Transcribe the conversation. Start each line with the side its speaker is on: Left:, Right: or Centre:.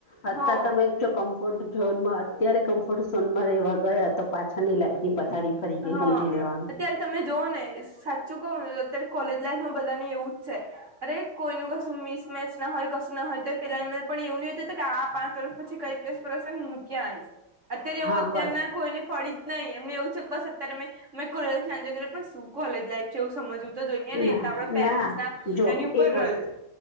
Left: હતાં
Right: હ
Left: તમે જો કં કમ્ફર્ટ ઝોનમાં અત્યારે કમ્ફર્ટ ઝોનમાં રહેવા ગયાં તો પાછળની લાઈફ ની પથારી ફરી ગઈ
Right: હા
Left: હમજી લેવાનું.
Right: અત્યારે તમે જોવોને ને સાચું કહું ને તો અત્યારે કોલેજ લાઈફમાં બધાને એવુંજ છે. અરે કોઈનું કશું મિસમેચ ન હોય કશું ન હોય તો પેલાન પણ એવ નહી હોતું કે આ પાંચ વર્ષ પછી કઈ પ્લેસ પર હશેને મૂ ક્યાં અઈશ? અત્યારે એવું
Left: હા
Right: અત્યારના
Left: બસ
Right: કોઈને પડી જ નહીં એમને એવું છે બસ અત્યારે મેં કોલેજ લાઈફ એનજોય કરીએ પણ શું કોલેજ લાઈફ છે એવું સમજવું. તો જોઈએ ને
Left: ના
Right: એ તો આપડા પેરેન્ટ્સના
Left: ના જો
Right: એની ઉપર
Left: એક
Right: રહ્યું.
Left: વસ્તુ